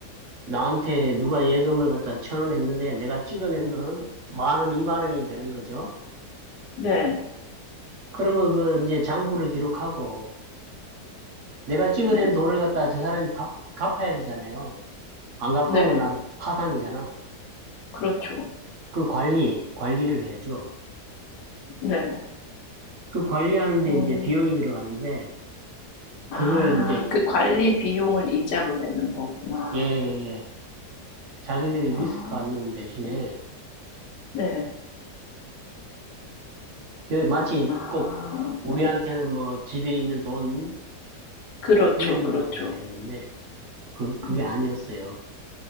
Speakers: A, on the right; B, on the left.
A: 나한테 누가 예금을 갖다 천원 했는데 내가 찍어낸 돈은 만 원, 이만 원이 되는 거죠.
B: 네,
A: 그러면 그 이제 장부를 기록하고 내가 찍어낸
B: 네,
A: 돈을 갖다 저 사람이 갚, 갚아야 되잖아요. 안 갚으면
B: 네,
A: 난 파산이잖아.
B: 그렇죠.
A: 그 관리, 관리를 해야죠.
B: 네.
A: 그 관리하는데
B: 어,
A: 이제 비용이 들어가는데
B: 아,
A: 그걸 이제
B: 그 관리 비용을 이자로 내는 거구나.
A: 예, 예, 예. 자기들이 리스크
B: 아,
A: 안는 대신에
B: 네, 네.
A: 그 마치
B: 아,
A: 꼭 우리한테는
B: 네.
A: 뭐 지들이 있는 돈
B: 그렇죠,
A: 빌려준다고
B: 그렇죠.
A: 생각했는데 그, 그게
B: 음.
A: 아니었어요.